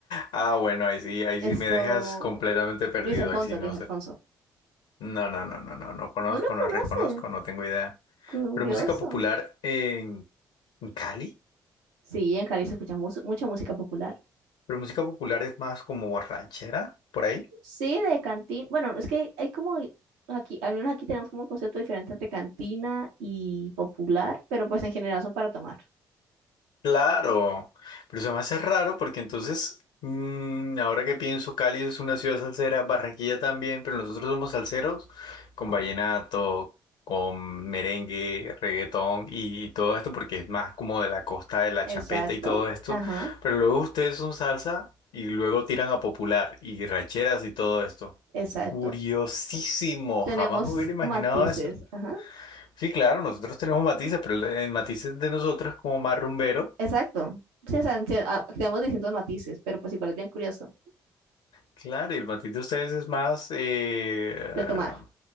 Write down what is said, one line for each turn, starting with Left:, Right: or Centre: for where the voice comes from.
Left: Ah, bueno, ahí sí, ahí
Right: esto,
Left: sí me dejas completamente perdido.
Right: Luis Alfonso,
Left: Ahí sí no
Right: Luis Alfonso,
Left: sé. No, no, no, no, no, no conozco,
Right: no lo
Left: no
Right: conoce,
Left: reconozco, no tengo idea.
Right: curioso.
Left: Pero música popular en en Cali.
Right: Sí, en Cali se escucha mus- mucha música popular.
Left: Pero música popular es más como ranchera, por ahí.
Right: Sí, de cantina. Bueno, es que hay como aquí, al menos aquí tenemos como un concepto diferente entre cantina y popular, pero pues en general son para tomar.
Left: Claro, pero se me hace raro porque entonces, mm, ahora que pienso, Cali es una ciudad salsera, Barranquilla también, pero nosotros somos salseros con vallenato, con merengue, reggaetón y, y todo esto porque es más como de la costa de la
Right: Exacto,
Left: champeta y todo esto.
Right: ajá,
Left: Pero luego ustedes son salsa y luego tiran a popular y rancheras y todo esto.
Right: exacto.
Left: Curiosísimo,
Right: Tenemos
Left: jamás me hubiera imaginado
Right: matices,
Left: eso.
Right: ajá,
Left: Sí, claro, nosotros tenemos matices, pero el, el matiz de nosotros es como más rumbero.
Right: exacto. Sí, o sea, te- ah, tenemos distintos matices, pero pues igual es bien curioso
Left: Claro, y el matiz de ustedes es más, eh,
Right: de
Left: ah,
Right: tomar.